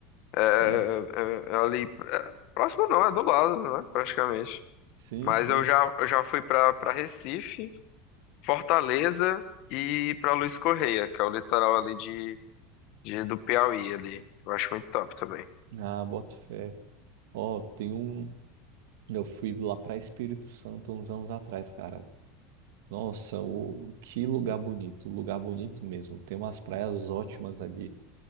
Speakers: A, on the left; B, on the right.
A: É, é-
B: Hum.
A: é é ali. é, próximo não, é do lado, né? Praticamente.
B: Sim,
A: Mas
B: sim.
A: eu já, eu já fui pra para Recife, Fortaleza e pra Luiz Correia, que é o litoral ali de, de, do Piauí ali. Eu acho muito top também.
B: Ah, boto fé. Ó, tem um. Eu fui lá pra Espírito Santo uns anos atrás, cara. Nossa, o... que lugar bonito. Lugar bonito mesmo. Tem umas praias ótimas ali.